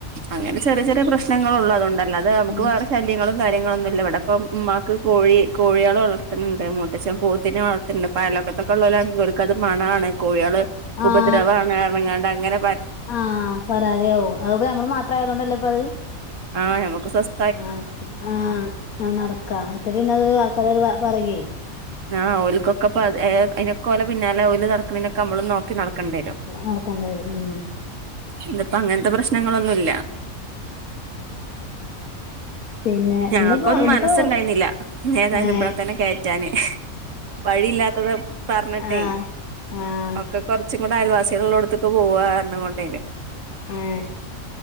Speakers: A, on the right (about 65°); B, on the left (about 85°).
A: അങ്ങനെ ചെറിയ ചെറിയ പ്രശ്നം പ്രശ്നങ്ങളൊള്ളു അത്‌കൊണ്ടല്ല അത് നമുക്ക്
B: ആഹ്
A: വേറെ ശല്യങ്ങളും കാര്യങ്ങളൊന്നും ഇല്ല ഇവിടെ ഇപ്പം മ്മാക്ക് കോഴി കോഴിയാള് വളർത്തുന്നുണ്ട് മൂത്തച്ചം പോത്തിനെ വളർത്ത്ണ്ട് അയലക്കത്തൊക്കെള്ളോലാണെങ്കി ഓൽക്കത് മണാണ് കോഴിയാള്
B: ആ
A: ദരവാണ് റഞ്ഞ്കണ്ടങ്ങനെ
B: ആ പരാതിയാവും അത്പ്പഞമ്മള് മാത്രം ആയതോണ്ടല്ലേപ്പത്
A: അ നമുക്ക് സ്വസ്
B: ആ ആ ആ നടക്കാ മറ്റേത് പിന്നതൊരു ആൾക്കാരത് ഒരു പറയ്യുയ്
A: ആ ഓൽക്കൊക്കെ പത് അയ്നൊക്കെ പോലെ പിന്നാലെ ഓല് നടക്കുന്നതിനൊക്കെ നമ്മളും നോക്ക് ക്കി നടക്കണ്ടിരും
B: നടക്കണ്ടായത് ഉം
A: ഇന്നിപ്പങ്ങൻത്തെ പ്രശ്നങ്ങളൊന്നൂല്ല്യ
B: ഉം പിന്നെ
A: ഞങ്ങൾക്കൊന്നും
B: ഇന്ന് ഇപ്പോ
A: മനസ്സുണ്ടായിരുന്നില്ല
B: ഇപ്പോ
A: ഏതായാലും
B: ഏ
A: ഇവിടെ തന്നെ കയറ്റാന് വഴിയില്ലാത്തത് പറഞ്ഞിട്ടെയ്
B: ആഹ് ആഹ്
A: ഒക്കെ കൊർച്ചും കൂടെ അയൽവാസി കളുള്ളോട്ത്ത്ക്ക് പോകാ പറഞ്ഞ്കൊണ്ടേയ്ര്ന്നു.
B: ഏ